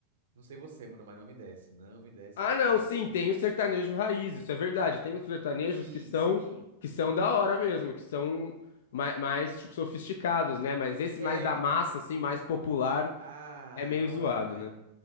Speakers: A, on the right; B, on the left.
A: Não sei você, mano, mas não me desce. Não me desce
B: Ah,
A: nem
B: não,
A: um pouco,
B: sim,
A: pô.
B: tem o sertanejo raiz, isso é verdade. Tem os sertanejos
A: Sim,
B: que são,
A: sim.
B: que são da hora mesmo, que são mais, mais, tipo, sofisticados, né? Mas esse
A: É.
B: mais da massa, assim, mais popular,
A: Ah,
B: é meio
A: nossa,
B: zoado,
A: velho.
B: né?